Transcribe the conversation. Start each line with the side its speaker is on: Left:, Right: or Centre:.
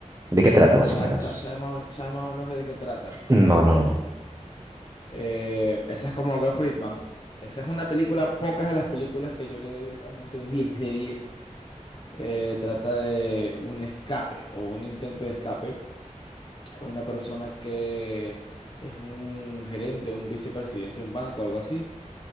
Right: ¿De qué trata,
Left: Pero
Right: más
Left: sa-
Right: o menos?
Left: sa- sabes más o men- sabes más o menos de qué trata.
Right: No,
Left: No.
Right: no, no.
Left: Eh, esa es como Morgan Friedman. Esa es una película, pocas de las películas que yo le doy realmente un 10 de 10. Eh, trata de un escape o un intento de escape. Una persona que es un gerente, un vicepresidente de un banco, algo así.